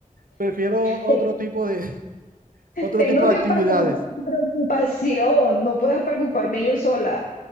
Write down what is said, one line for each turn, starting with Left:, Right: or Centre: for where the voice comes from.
Right: Prefiero otro
Left: Te-
Right: tipo de, <laughs> otro
Left: Tengo
Right: tipo de
Left: que
Right: actividades.
Left: pasar por mi preocupación, no puedo preocuparme yo sola.